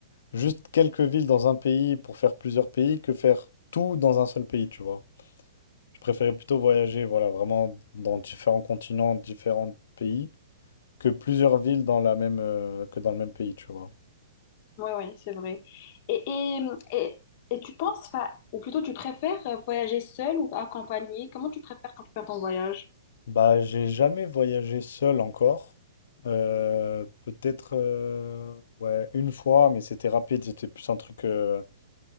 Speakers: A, on the left (about 65°); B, on the left (about 35°).
A: juste quelques villes dans un pays pour faire plusieurs pays que faire tout dans un seul pays, tu vois. Je préférais plutôt voyager, voilà, vraiment dans différents continents, différents pays, que plusieurs villes dans la même, euh, que dans le même pays, tu vois.
B: Oui, oui, c'est vrai. Et, et, et, et tu penses, enfin, ou plutôt tu préfères voyager seul ou accompagné? Comment tu préfères quand tu fais ton voyage?
A: Bah, j'ai jamais voyagé seul encore. Euh, peut-être euh, ouais, une fois, mais c'était rapide, c'était plus un truc. euh, En